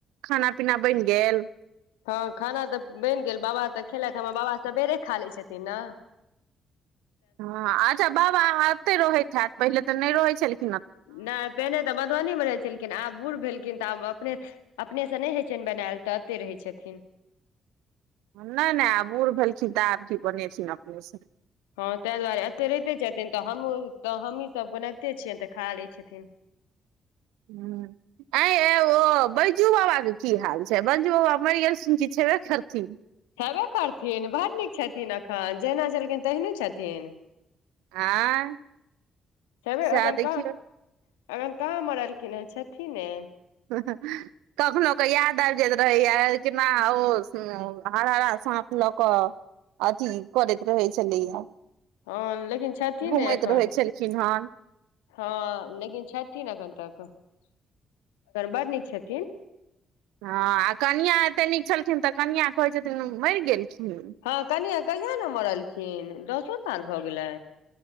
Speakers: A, on the right; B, on the left.
A: खाना पीना बनि गेल।
B: हँ खाना तऽ बनि गेल बाबा तऽ खेलथि हमर बाबा सबेरे खा लै छथिन न।
A: हँ अच्छा बाबा एतै रहैत हैत पहिले तऽ नय रहै छेलखिन
B: नय पहिने तऽ मधुबनी मे रहै छेलखिन आब बूढ़ भेलखिन तऽ आब अपने। अपने से नय होइ छनि बनेल तऽ अतै रहै छथिन।
A: नय नय आब बूढ़ भेलखिन तऽ आबकी बनेथिन अपने से।
B: हँ तैं दुआरे एतै रहिते छथिन तऽ हमहूँ तऽ हमहीं सब बनैबते छियनि तऽ खा लै छथिन।
A: हूँ। आंय यै ओ बैजू बाबा के की हाल छै बैजू बाबा मरि गेलथिन की छेबे करथिन।
B: छेबे करथिन बड़ नीक छथिन अखन जहिना छलखिन तेहने छथिन
A: आँय
B: छैबे
A: सएह
B: एखन
A: देखियौ
B: कहाँ अखन कहाँ मरलखिन हन छथिने
A: <unintelligible> कखनो कऽ याद आबि जाइत रहैय केना ओ हरहरा साँप लऽ कऽ अथी करैत रहै छेलै या
B: हँ लेकिन छथिने
A: घुमैत
B: एखन
A: रहै छलखिन हन
B: हँ लेकिन छथिन अखन तक अखन बड नीक छथिन
A: हँ आ कनिआ एते नीक छलखिन तऽ कनिआ कहै छथिन मरि गेलखिन
B: हँ कनिआ कहिया नम मरलखिन दसो साल भऽ गेलै